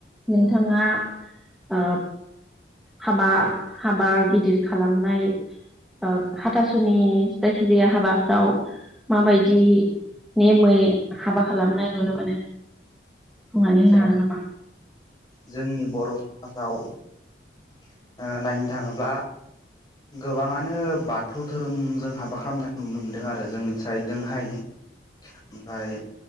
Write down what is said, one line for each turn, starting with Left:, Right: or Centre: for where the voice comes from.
Centre: नोंथाङा ओ हाबा हाबा गिदिर खालामनाय ओ हाथासुनि जायखिजाया हाबाफ्राव माबायदि नेमै हाबा खालामनाय नुनो मोनो। बुंनानै होनोन
Left: दा
Centre: आरो नामा?
Left: जोंनि बर समाजाव ओ नायनो थाङोब्ला गोबाङानो बाथौ धोरोमजों हाबा खालामनायखौ नुनो मोनदों आरो जोंनि साइडजोंहाय ओमफ्राय